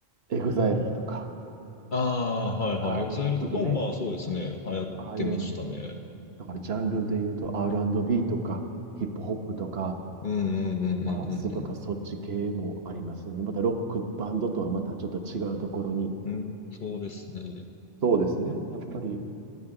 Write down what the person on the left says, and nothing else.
ああ、はいはい。
EXILE
とかもまあそうですね。流行ってましたね。
うんうんうんうん
うん。うん、そうですね。